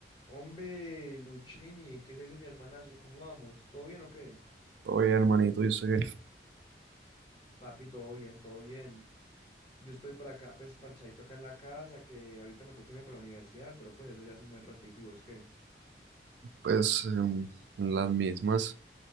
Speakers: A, on the left; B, on the right.
A: Hombre, Luchini, ¿qué se dice mi hermanazo? ¿Cómo vamos? ¿Todo bien o qué?
B: Oye, hermanito, yo sé que,
A: Papi, todo bien, todo bien. Yo estoy por acá, pues, parchadito acá en la casa, que ahorita me toca irme para la universidad, pero pues eso ya es un buen ratico, ¿y vos qué?
B: pues, em, las mismas.